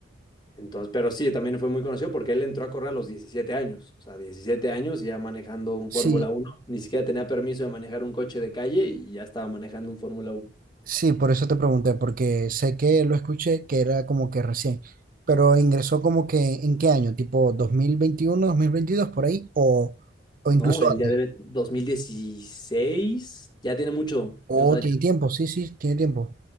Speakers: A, on the left (about 25°); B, on the right (about 50°).
A: entonces, pero sí, también fue muy conocido porque él entró a correr a los 17 años, o sea, 17 años ya manejando un Fórmula
B: Sí,
A: uno ni siquiera tenía permiso de manejar un coche de calle y ya estaba manejando un Fórmula uno
B: sí, por eso te pregunté, porque sé que lo escuché, que era como que recién, pero ingresó como que en qué año, tipo dos dos mil veintiuno dos mil veintidós por ahí, o, o
A: No,
B: incluso
A: él
B: antes.
A: ya debe 2016 ya tiene mucho,
B: o
A: o sea, ya
B: tiene tiempo, sí, sí, tiene tiempo.